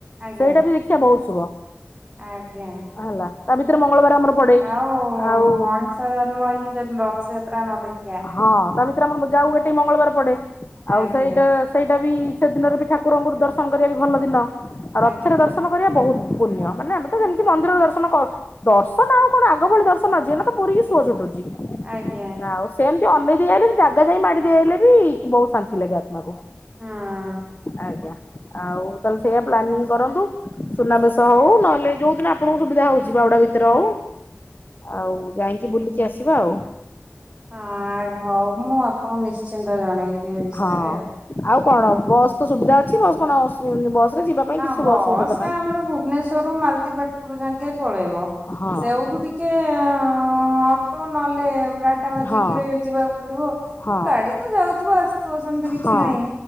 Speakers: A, on the right (about 20°); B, on the left (about 45°).
A: ଆଜ୍ଞା
B: ସେଇଟା ବି ଦେଖିବ ବହୁତ ଶୁଭ
A: ଆଜ୍ଞା
B: ହେଲା ତା ଭିତରେ ମଙ୍ଗଳବାର ଆମର ପଡେ।
A: ଆଉ
B: ଆଉ
A: ମଣିଷ ଜନ୍ମ ହେଇକି ଯଦି ରଥଯାତ୍ରା ନ ଦେଖିିବା
B: ହଁ ତା ଭିତରେ ଆମର ଯାଉ ଏଠି ମଙ୍ଗଳବାର ପଡେ ଆଉ
A: ଆଜ୍ଞା।
B: ସେଇଟା ସେଇଟା ବି ସେଦିନରେ ବି ଠାକୁରଙ୍କୁର ଦର୍ଶନ କରିବା ବି ଭଲ ଦିନ ଆଉ ରଥରେ
A: ଆଜ୍ଞା
B: ଦର୍ଶନ କରିବା ବହୁତ ପୁଣ୍ୟ ମାନେ ତ ଯେମିତି ମନ୍ଦିର ଦର୍ଶନ କର ଦର୍ଶନ ଆଉ କଣ ଆଗ ଭଳି ଦର୍ଶନ ଯିଏ ପୁରୀ କି ଶୁଅ ଛୁଟୁଛି
A: ଆଜ୍ଞା
B: ନାଉ ସେ ଏମିତି ଅନେଇ ଦେଇିଆଈଲେ ସେ ଜାଗା ଯାଇ ମାଡି ଦେଇଆହଲେ ବି ବହୁତ ଶାନ୍ତି ଲାଗେ ଆତ୍ମାକୁ
A: ହଁ।
B: ଆଜ୍ଞା ଆଉ ତାହେଲେ ସେଇଆା ପ୍ଲାନିଂ କରନ୍ତୁ ସୁନାବେେଶ ହଉ ନହେଲେ ଯୋଉ ଦିନ ଆପଣଙ୍କ ସୁବିଧା ହଉଛି ବାଉୁଡା ଭି ଦ୍ରଉ ଆଉ ଯାଇକି ବୁଲିକି ଆସିବା ଆଉ
A: ଆ ହଉ ମୁଁ ଆପଣ ନିଶ୍ଚିନ୍ତ ଜଣେଇବି ଏ ବିଷୟରେ
B: ହଁ ଆଉ କଣ
A: ହଁ।
B: ବସ୍ ତ ସୁବିଧା ଅଛି ବସ୍ କଣ ବସ ରେ ଯିବା ପାଇଁ
A: ହଁ
B: କିଛି
A: ବସ୍
B: ଅସୁବିଧା ତ ନାହିଁ।
A: ଟା ଆମର ଭୁବନେଶ୍ୱରରୁ ମାଳତୀ ପାଟ୍ପୁର ଯାକେ ପଳେଇବ
B: ହଁ
A: ସେଇଉଠୁ ଟିକେ ଓଁ ଅଟୋ ନଲେ ଟାଟା ମେଝିକି
B: ହଁ
A: ରେ ଯିବାକୁ ପଡିବ
B: ହଁ
A: ଗାଡି ତ ଯାଉଥିବ ଆସୁଥିବ ସେତି କିଛି
B: ହଁ
A: ନହିଁ